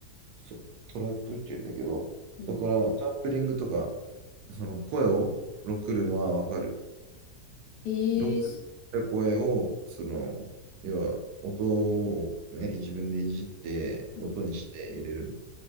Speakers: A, on the right (about 80°); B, on the left (about 75°).
A: そトラックって言うんだけど、
B: うん。
A: だからサンプリングとかその声をロックるのはわかる。
B: ええー、
A: ロックった声を、
B: す
A: その、要は音をね、自分でいじって、
B: うん。
A: 音にして入れるの。